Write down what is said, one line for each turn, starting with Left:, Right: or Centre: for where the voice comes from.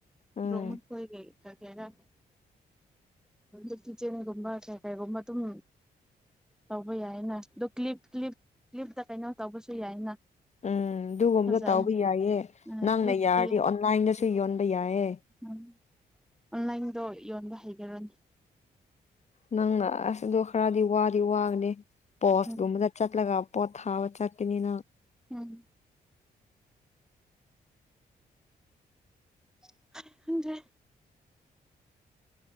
Left: ꯎꯝ
Centre: ꯔꯣꯍꯟ ꯍꯣꯏꯒꯩ ꯀꯗ ꯑ ꯀꯤꯆꯦꯟꯒꯨꯝꯕ ꯀꯩ ꯀꯩꯒꯨꯝꯕ ꯑꯗꯨꯝ ꯇꯧꯕ ꯌꯥꯏꯅ ꯑ ꯀ꯭ꯂꯤꯞ ꯀ꯭ꯞ ꯀ꯭ꯂꯤꯞꯇ ꯀꯩꯅꯣ ꯇꯧꯕꯁꯨ ꯌꯥꯏꯅ
Left: ꯎꯝ ꯑꯗꯨꯒꯨꯝꯕꯗ
Centre: ꯐꯖꯩ
Left: ꯇꯧꯕ ꯌꯥꯏꯌꯦ
Centre: ꯑ
Left: ꯅꯪꯅ
Centre: ꯀ꯭ꯂꯤꯞꯇꯨꯗꯤ
Left: ꯌꯥꯔꯗꯤ ꯑꯣꯟꯂꯥꯏꯟꯗꯁꯨ ꯌꯣꯟꯕ ꯌꯥꯏꯌꯦ
Centre: ꯎꯝ ꯑꯣꯟꯂꯥꯏꯟꯗꯣ ꯌꯣꯟꯕ ꯍꯩꯈꯔꯅꯤ
Left: ꯅꯪꯅ ꯑꯁꯗꯣ ꯈꯔꯗꯤ ꯋꯥ ꯋꯥꯒꯅꯦ ꯄꯣꯁꯒꯃ
Centre: ꯎꯝ
Left: ꯆ ꯌꯥꯆꯠꯂꯒ ꯄꯊꯥ ꯆꯠꯅꯤꯅ
Centre: ꯎꯝ <unintelligible>